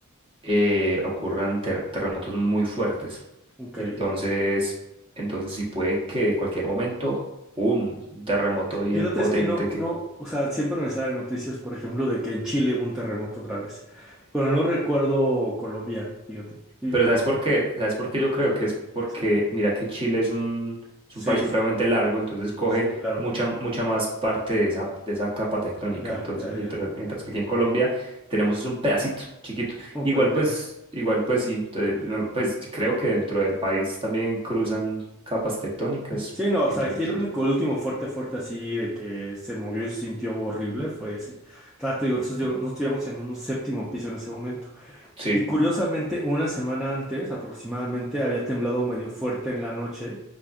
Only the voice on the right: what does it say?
eh, ocurran ter- terremotos muy fuertes.
Entonces, entonces sí puede que en cualquier momento, ¡pum! un terremoto bien
potente
que...
Pero
¿sabes
por qué? ¿Sabes por qué yo creo que es porque,
mira que Chile es un, es
un país supremamente largo, entonces coge
mucha, mucha más parte de esa, de esa capa tectónica.
Entonces,
mientras,
mientras que aquí en Colombia tenemos es un pedacito chiquito.
Igual
pues, igual pues sí, entonces, no, pues creo que dentro del país también cruzan capas tectónicas.
Entonces,
sí.